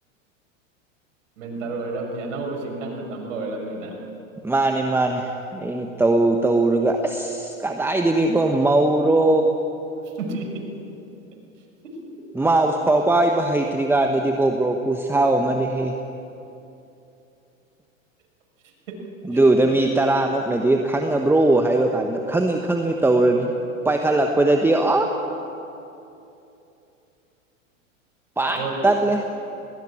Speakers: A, on the right; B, in the centre.
A: ꯃꯦꯟꯇꯔ ꯑꯣꯏꯔꯝꯅꯤ ꯑꯅꯧꯕꯁꯤꯡ ꯅꯪꯅ ꯇꯝꯕ ꯑꯣꯏꯔꯝꯅꯤꯅ
B: ꯃꯥꯅꯤ ꯃꯥꯅꯤ ꯑꯩꯅ ꯇꯧ ꯇꯧꯔꯒ ꯑꯁ ꯀꯗꯥꯏꯗꯒꯤꯀꯣ ꯃꯧꯔꯣ
A: <unintelligible>
B: ꯃꯥꯎꯁꯐꯥꯎ ꯄꯥꯏꯕ ꯍꯩꯇ꯭ꯔꯤꯀꯥꯟꯗꯗꯤ ꯀꯣ ꯕ꯭ꯔꯣ ꯈꯨꯁꯥꯎ ꯑꯃꯅꯤꯍꯦ
A: <inaudible>
B: ꯑꯗꯨꯗ ꯃꯤ
A: ꯑ
B: ꯇꯔꯥꯃꯨꯛꯅꯗꯤ ꯈꯪꯉꯕ꯭ꯔꯣ ꯍꯥꯏꯕ ꯀꯥꯟꯗ ꯈꯪꯉꯤ ꯈꯪꯉꯤ ꯇꯧꯔꯅꯤ ꯄꯥꯏꯈꯠꯂꯛꯄꯗꯗꯤ ꯑꯣ ꯄꯥꯠ
A: ꯗꫭꯠ
B: ꯇꯠꯂꯦ